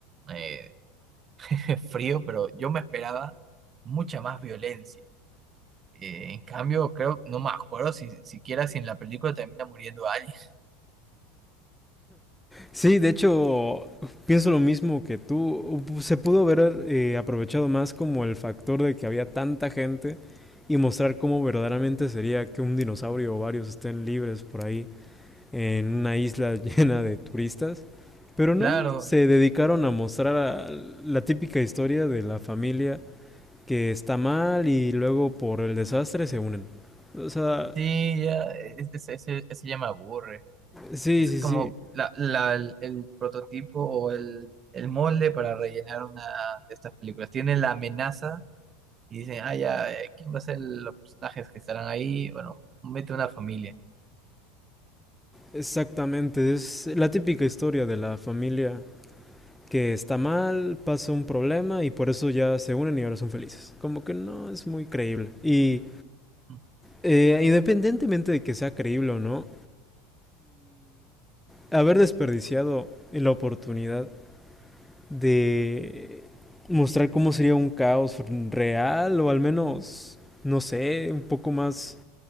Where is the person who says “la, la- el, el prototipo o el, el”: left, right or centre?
Right